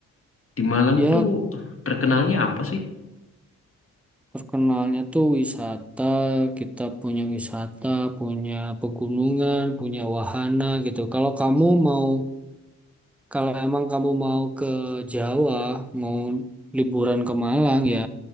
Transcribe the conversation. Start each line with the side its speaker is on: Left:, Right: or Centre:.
Left: Di Malang
Centre: Ya,
Left: tuh terkenalnya apa sih?
Centre: terkenalnya tuh wisata. Kita punya wisata, punya pegunungan, punya wahana gitu. Kalau kamu mau, kalau emang kamu mau ke Jawa, mau liburan ke Malang ya,